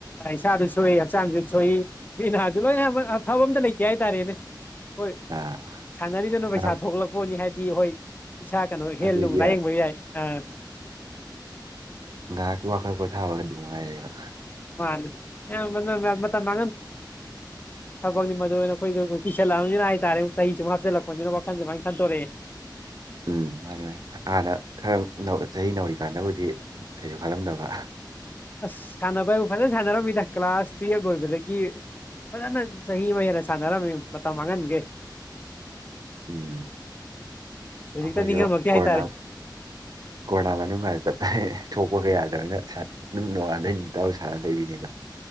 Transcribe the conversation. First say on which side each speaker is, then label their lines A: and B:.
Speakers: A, on the left; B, on the right.
A: ꯏꯁꯥꯁꯨ ꯁꯣꯛꯏ ꯍꯛꯆꯥꯡꯁꯨ ꯁꯣꯛꯏ ꯃꯤ ꯅꯍꯗꯨ ꯂꯣꯏ ꯑꯐꯕ ꯑꯝꯇ ꯂꯩꯇꯦ ꯍꯥꯏꯇꯥꯔꯦꯅꯦ ꯍꯣꯏ
B: ꯑꯥ
A: ꯁꯥꯟꯅꯔꯤꯗꯅ
B: ꯉꯥꯏꯍꯥꯛ
A: ꯄꯩꯁꯥ ꯊꯣꯛꯂꯛꯄꯅꯤ ꯍꯥꯏꯕꯗꯤ ꯍꯣꯏ ꯏꯁꯥ ꯀꯩꯅꯣ ꯍꯦꯜ
B: ꯑꯗꯨꯏꯗꯤ
A: ꯑꯗꯨꯝ ꯂꯥꯏꯌꯦꯡꯕ ꯌꯥꯏ ꯑ
B: ꯉꯥꯛ ꯀ ꯋꯥꯈꯔ ꯄꯊꯥꯕꯦ ꯉꯥꯏ ꯂꯩꯕ
A: ꯃꯥ ꯃ ꯃꯇꯝ ꯊꯕꯛꯅꯤ ꯃꯗꯨ ꯑꯣꯏꯅꯈꯣꯏꯣ ꯄꯤꯁꯜꯂꯛꯑꯅꯤꯅ ꯍꯥꯏꯇꯥꯔꯦ ꯆꯍꯤꯁꯤꯃꯨꯛ ꯍꯥꯆꯤꯜꯂꯛꯄꯅꯤꯅ ꯋꯥꯈꯟ ꯁꯨꯃꯥꯏꯅꯟꯗꯣꯔꯛꯑꯦ
B: ꯎꯝ ꯑꯗꯨꯃꯥꯏ ꯍꯥꯟꯅ ꯈꯔ ꯆꯍꯤ ꯅꯧꯔꯤꯀꯥꯟꯗꯕꯨꯗꯤ ꯀꯩꯁꯨ ꯈꯜꯂꯝꯗꯕ
A: ꯑꯁ ꯁꯥꯟꯅꯕ ꯍꯥꯏꯕꯨ ꯐꯖꯅ ꯁꯥꯟꯅꯔꯝꯃꯤꯗ ꯀ꯭ꯂꯥꯁ ꯇꯨꯌꯦꯞ ꯂꯣꯏꯕꯗꯒꯤ ꯐꯖꯅ ꯆꯍꯤ ꯑꯃ ꯍꯦꯟꯅ ꯁꯥꯟꯅꯔꯝꯃꯤ ꯃꯇꯝ ꯃꯥꯡꯍꯟꯒꯦ
B: ꯎꯝ
A: ꯍꯧꯖꯤꯛꯇ
B: ꯑꯩꯈꯣꯏꯁꯨ
A: ꯅꯤꯡꯉꯝꯃꯛꯇꯦ
B: ꯀꯣꯔꯅꯥ
A: ꯍꯥꯏꯇꯥꯔꯦ
B: ꯀꯣꯔꯣꯅꯥ ꯃꯅꯨꯡꯗ ꯇꯞ ꯊꯣꯛꯄ ꯀ ꯌꯥꯗ꯭ꯔꯅꯤꯅ ꯑꯗꯨꯝ ꯅꯣꯡꯉꯥꯟꯜꯗꯩ ꯇꯥꯕ ꯁꯥꯟꯅ ꯂꯩꯕꯤꯅꯦꯕ